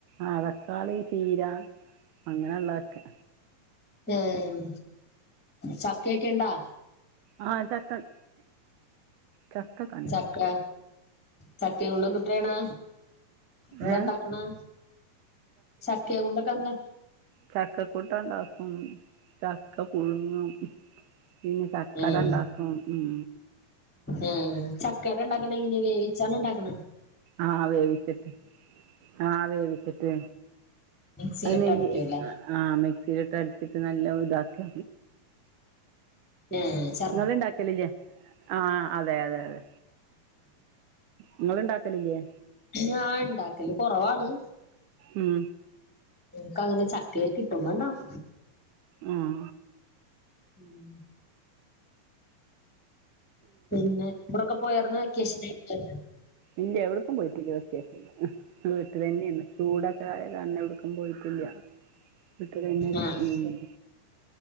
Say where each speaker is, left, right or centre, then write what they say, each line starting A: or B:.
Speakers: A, on the right (about 75°); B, in the centre.
A: ആഹ് തക്കാളി, ചീര അങ്ങനൊള്ളക്കെ.
B: ആഹ് ചക്കെക്കെണ്ടാ?
A: ആഹ് ചക്കണ്ട്. ചക്കക
B: ചക്ക ചക്കെനോണ്ട് എന്തുട്ടെയ്യ്ണ്? എന്താണ്ടാക്ക്ണെ
A: ഏ
B: ചക്കയോണ്ടെക്കന്ത
A: ചക്ക കൂട്ടാൻ ഇണ്ടാക്കും ചക്ക പുഴുങ്ങും. പിന്നെ ചക്കട
B: ആഹ്
A: ഇണ്ടാക്കും ഉം.
B: ആഹ് ചക്കേട ഇണ്ടാക്ക്ണ ഇനി വേവിച്ചാണ്ട് ഇണ്ടാക്ക്ണ
A: ആഹ് വേവിച്ചിട്ട്. ആ വേവിച്ചിട്ട്
B: മിക്സിയിലിട്ട്
A: അത് നെയ്യ്
B: അടിക്കുവല്ലേ
A: ആ മിക്‌സീല്ട്ട് അര്ച്ചിട്ട് നല്ല ഇതാക്ക
B: ആഹ്.
A: ഇങ്ങള്ണ്ടാക്കലില്ലേ ആ അതെ അതെ അതെ. ഇങ്ങള്ണ്ടാക്കലില്ലേ?
B: ഞാൻ ഇണ്ടാക്കല് കൊറവാണ്.
A: ഉം.
B: ഇൻക്കങ്ങനെ ചക്കക്കെ കിട്ടുമ്പോ ണ്ടാക്കും.
A: ഉം.
B: <inaudible> പിന്നെ ടൂറൊക്കെ പോയാർന്നോ വെക്കേഷനായിട്ട്?
A: ഇല്ല്യ എവ്ട്ക്കും പോയിട്ടില്ല വെക്കേഷന് വീട്ടിലന്നെന്ന് ചൂടൊക്ക ആയ കാരണം എവ്ട്ക്കും പോയിട്ടില്ല്യ. വീട്ടിലന്നെ ഇരിക്കും
B: ആഹ്
A: ഉം.